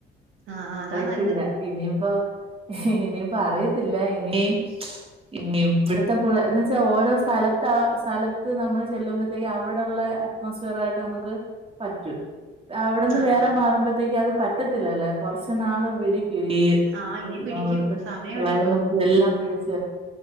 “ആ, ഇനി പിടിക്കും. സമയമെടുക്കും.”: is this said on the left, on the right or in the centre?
Right